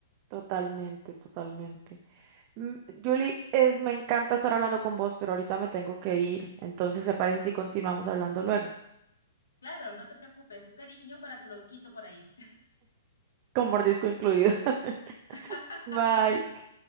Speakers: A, on the right; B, on the left.
A: Totalmente, totalmente. Mm, Julie, es, me encanta estar hablando con vos, pero ahorita me tengo que ir, entonces, ¿qué parece si continuamos hablando luego?
B: Claro, no te preocupes, un cariño para tu loquito por ahí.
A: Con mordisco incluido. <laughs>
B: <laughs>
A: Bye.